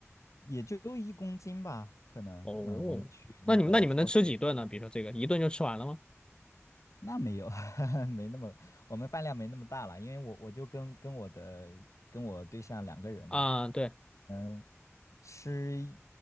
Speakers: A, on the left (about 85°); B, on the left (about 20°).
A: 也就一公斤吧，可能。
B: 哦，
A: 嗯，我们去那个超市，
B: 那你们那你们能吃几顿呢？比如说这个一顿就吃完了吗？
A: 那没有，<laughs> 没那么，我们饭量没那么大了，因为我我就跟跟我的跟我对象两个人嘛，
B: 啊、对，
A: 嗯，吃一